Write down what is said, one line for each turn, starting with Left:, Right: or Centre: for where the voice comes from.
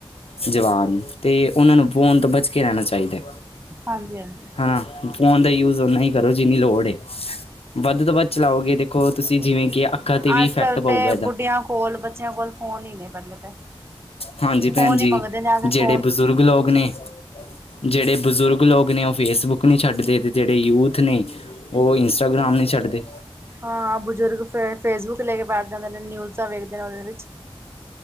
Left: ਜਵਾਨ ਤੇ ਉਹਨਾਂ ਨੂੰ ਫੋਨ ਤੋਂ ਬਚ ਕੇ ਰਹਿਣਾ ਚਾਹੀਦਾ,
Right: ਹਾਂਜੀ ਹਾਂਜੀ
Left: ਹਾ। ਫੋਨ ਦਾ ਯੂਜ ਓਨਾ ਹੀ ਕਰੋ ਜਿੰਨੀ ਲੋੜ ਏ ਵੱਧ ਤੋਂ ਵੱਧ ਚਲਾਓਗੇ ਦੇਖੋ ਤੁਸੀਂ ਜਿਵੇਂ ਕਿ ਅੱਖਾਂ ਤੇ ਵੀ
Right: ਅਜ-ਕੱਲ
Left: ਇਫੈਕਟ ਪਊਗਾ
Right: ਤੇ
Left: ਇਹਦਾ
Right: ਬੁੱਢਿਆਂ ਕੋਲ, ਬੱਚਿਆਂ ਕੋਲ ਫੋਨ ਹੀ ਨੇ ਪਹਿਲੇ ਤੇ।
Left: ਹਾਂਜੀ, ਭੈਣ
Right: ਫੋਨ
Left: ਜੀ
Right: ਹੀ ਮੰਗਦੇ ਨੇ ਆ ਕੇ
Left: ਜਿਹੜੇ
Right: ਫੋਨ
Left: ਬਜ਼ੁਰਗ ਲੋਗ ਨੇ ਜਿਹੜੇ ਬਜ਼ੁਰਗ ਲੋਕ ਨੇ ਉਹ ਫੇਸਬੁੱਕ ਨਹੀਂ ਛੱਡਦੇ। ਉ ਜਿਹੜੇ ਯੂਥ ਨੇ ਉ ਇੰਸਟਾਗਰਾਮ ਨਹੀਂ ਛੱਡਦੇ।
Right: ਹਾਂ, ਬਜ਼ੁਰਗ ਫੇਰ ਫੇਸਬੁੱਕ ਲੈ ਕੇ ਬੈਠ ਜਾਂਦੇ ਨੇ, ਨਿਊਜ਼ਾਂ ਵੇਖਦੇ ਨੇ ਉਹਦੇ ਵਿੱਚ।